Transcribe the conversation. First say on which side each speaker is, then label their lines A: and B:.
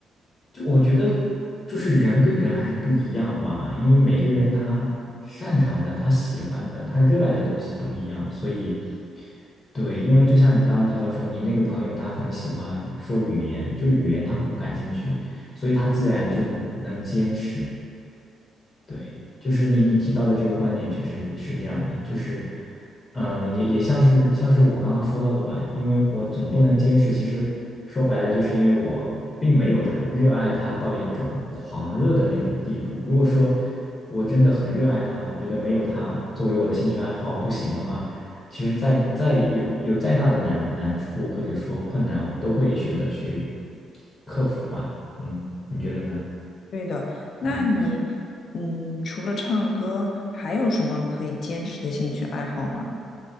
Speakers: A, on the left; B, on the left.
A: 就我觉得，就是人跟人还是不一样吧，因为每个人他擅长的、他喜欢的、他热爱的东西不一样，所以，对，因为就像你刚刚提到说，你那个朋友他很喜欢说语言，就语言他很感兴趣，所以他自然就能坚持。对，就是你你提到的这个观点确实是这样的，就是，嗯，也也像是像是我刚刚说到的吧，因为我总不能坚持，其实说白了就是因为我并没有他热爱他到一种狂热的那种地步。如果说我真的很热爱他，我觉得没有他作为我的兴趣爱好不行的话，其实再再有有再大的难难处或者说困难，我都会选择去克服吧。嗯，你觉得呢？
B: 对的，那你，
A: 嗯。
B: 嗯，除了唱歌，还有什么可以坚持的兴趣爱好吗？